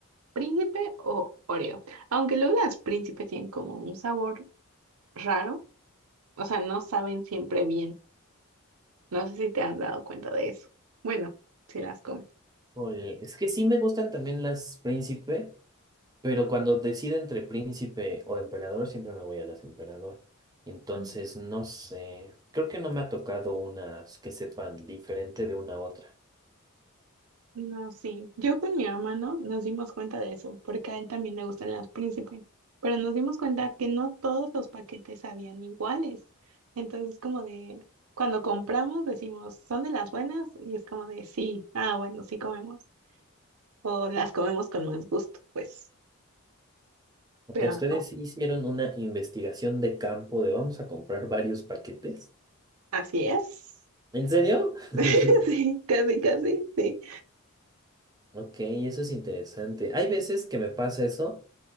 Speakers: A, on the right (about 70°); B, on the right (about 15°).
A: Príncipe o Oreo. Aunque luego las príncipes tienen como un sabor raro, o sea, no saben siempre bien. No sé si te has dado cuenta de eso. Bueno, si las comes.
B: Oye, es que sí me gustan también las Príncipe, Pero cuando decida entre príncipe o emperador, siempre me voy a las emperador. Entonces,
A: Mm.
B: no sé, creo que no me ha tocado unas que sepan diferente de una a otra.
A: No, sí. Yo con mi hermano nos dimos cuenta de eso, porque a él también le gustan las príncipes. Pero nos dimos cuenta que no todos los paquetes sabían iguales. Entonces, como de, cuando compramos decimos, ¿son de las buenas? Y es como de, sí, ah, bueno, sí comemos. O las comemos con más gusto, pues.
B: O
A: Pero
B: sea, ustedes
A: ajá.
B: sí hicieron una investigación de campo de vamos a comprar varios paquetes.
A: Así es.
B: ¿En serio? <laughs>
A: <laughs> Sí, casi, casi, sí.
B: Ok, eso es interesante. Hay veces que me pasa eso